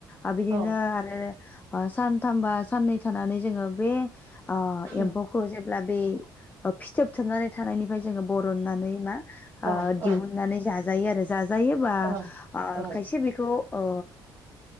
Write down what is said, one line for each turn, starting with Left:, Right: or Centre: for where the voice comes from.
Left: आ बिदिनो
Right: औ
Left: आरो आ सानथामबा साननै थानानै जोङो बे आ
Right: उम
Left: एमफौखौ जेब ब्ला बे ओ फिथोब थोबनानै थानायनिफ्राय जोङो बरननानै मा ओ
Right: औ
Left: दिहुननानै
Right: औ
Left: जा जायो आरो जा- जायोबा
Right: औ
Left: आ
Right: औ
Left: खायसे बेखौ अ